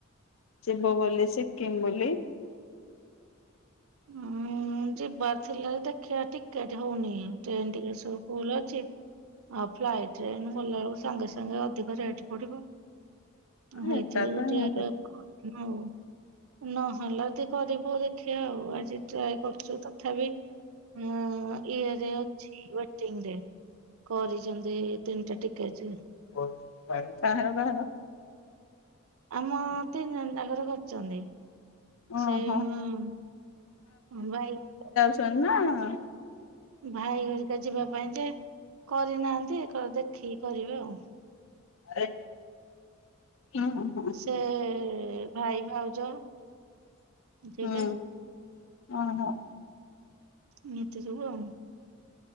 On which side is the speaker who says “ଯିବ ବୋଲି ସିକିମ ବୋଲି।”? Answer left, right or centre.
Left